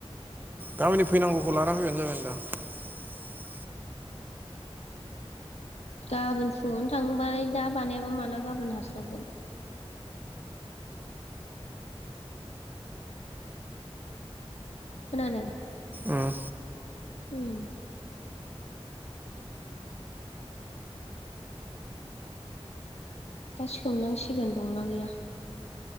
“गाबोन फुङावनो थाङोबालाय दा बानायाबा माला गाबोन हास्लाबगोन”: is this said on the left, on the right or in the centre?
Left